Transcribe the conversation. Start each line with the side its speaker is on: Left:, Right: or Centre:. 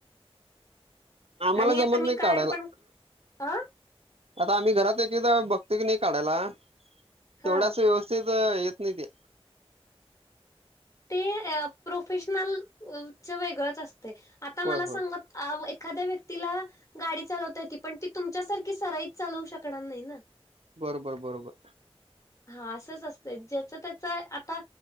Right: आम्हाला
Left: आणि
Right: जमत
Left: आता मी
Right: नाही
Left: कार्ड
Right: काढायला
Left: पण अ
Right: आता आम्ही घरात एक एकदा बघतो की नाही काढायला
Left: हा
Right: तेवढ्या अस व्यवस्थित येत नाही ते
Left: ते अ प्रोफेशनल वेगळच असतय आता
Right: होय
Left: मला
Right: होय
Left: सांगा आ व एखाद्या व्यक्तीला गाडी चालवता येती पण ती तुमच्यासारखी सराईच चालवू शकणार नाही ना.
Right: बरोबर बरोबर.
Left: हा असंच असतं ज्याच त्याच आता